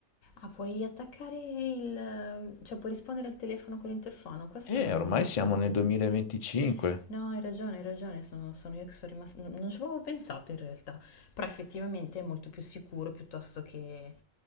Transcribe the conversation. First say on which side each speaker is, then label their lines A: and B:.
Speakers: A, on the left; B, on the left.
A: Ah, puoi attaccare il... cioè puoi rispondere al telefono con l'interfono, questo
B: E
A: non,
B: ormai
A: non
B: siamo
A: c'avevo
B: nel
A: presente.
B: 2025.
A: No, hai ragione, hai ragione, sono, sono io che sono rimasta, non non ci avevo pensato in realtà, però effettivamente è molto più sicuro piuttosto che...